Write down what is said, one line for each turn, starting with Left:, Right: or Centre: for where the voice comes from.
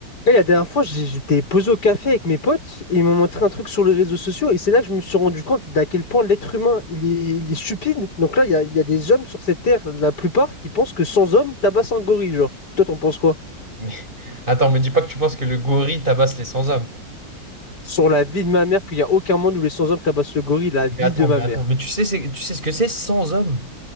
Left: Et la dernière fois, j'ai- j'étais posé au café avec mes potes et ils m'ont montré un truc sur les réseaux sociaux et c'est là que je me suis rendu compte d'à quel point l'être humain, il est, il est stupide. Donc là, il y a, il y a des hommes sur cette terre, la plupart, qui pensent que sans hommes, tabasse un gorille, genre. Toi, t'en penses quoi?
Right: Mais <laughs> attends, me dis pas que tu penses que le gorille tabasse les 100 hommes.
Left: Sur la vie de ma mère, qu'il n'y a aucun monde où les sans hommes tabassent le gorille, la vie
Right: Mais attends,
Left: de ma
Right: mais
Left: mère.
Right: attends, mais tu sais, c'est- tu sais ce que c'est 100 hommes?